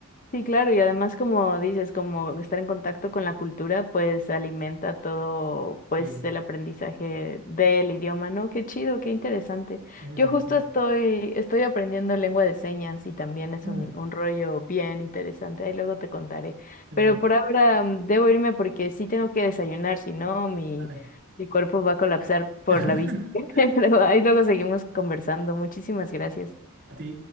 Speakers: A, on the left; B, on the right.
A: Sí, claro, y además como dices, como estar en contacto con la cultura, pues alimenta todo,
B: Sí,
A: pues el aprendizaje del idioma, ¿no? Qué chido, qué interesante.
B: es
A: Yo
B: esencial.
A: justo estoy, estoy aprendiendo lengua de señas y también es
B: Ah.
A: un, un rollo bien interesante, ahí luego te contaré.
B: Qué bueno.
A: Pero por ahora mm, debo irme porque sí tengo que desayunar, si no, mi,
B: Dale.
A: mi cuerpo va a colapsar por
B: <laughs>
A: la bici. <laughs> Pero ahí luego seguimos conversando. Muchísimas gracias.
B: A ti.